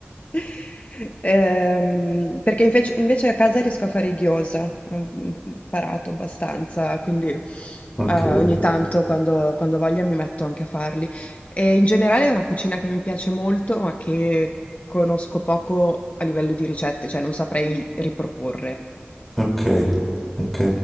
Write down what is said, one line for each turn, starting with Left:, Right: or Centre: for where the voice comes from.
Left: <laughs> ehm, perché invece invece a casa riesco a fare i gyoza, ho mhmm, imparato abbastanza, quindi, uhm,
Centre: ok.
Left: ogni tanto quando quando ho voglia mi metto anche a farli. E in generale è una cucina che mi piace molto, ma che conosco poco a livello di ricette, cioè non saprei riproporre.
Centre: Ok, ok.